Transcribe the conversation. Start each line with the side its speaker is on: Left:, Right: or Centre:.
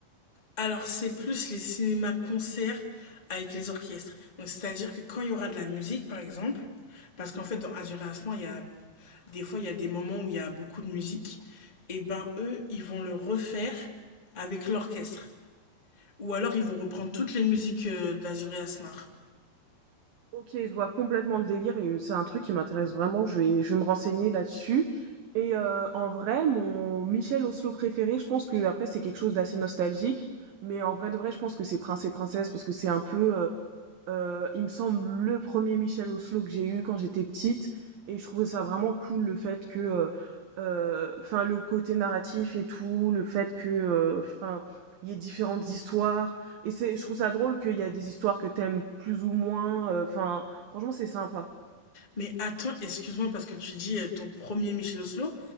Left: Alors, c'est plus les cinémas-concerts avec les orchestres. Donc, c'est-à-dire que quand il y aura de la musique, par exemple, parce qu'en fait, dans Azur et Asman, il y a... des fois, il y a des moments où il y a beaucoup de musique, et ben, eux, ils vont le refaire avec l'orchestre. Ou alors, ils vont reprendre toutes les musiques euh, d'Azur et Asmar.
Right: OK, je vois complètement le délire et c'est un truc qui m'intéresse vraiment, je vais je vais me renseigner là-dessus et heu, en vrai, mon Michel Oslo préféré, je pense que après c'est quelque chose d'assez nostalgique, mais en vrai de vrai, je pense que c'est Prince et Princesse parce que c'est un peu, heu, Heu, il me semble le premier Michel Oslo que j'ai eu quand j'étais petite et je trouvais ça vraiment cool le fait que, euh, euh, enfin le côté narratif et tout, le fait que, euh, enfin, il y ait différentes histoires et c'est je trouve ça drôle qu'il y a des histoires que t'aimes plus ou moins, euh, enfin franchement c'est sympa.
Left: Mais attends, excuse-moi parce que tu dis euh, ton premier Michel Oslo,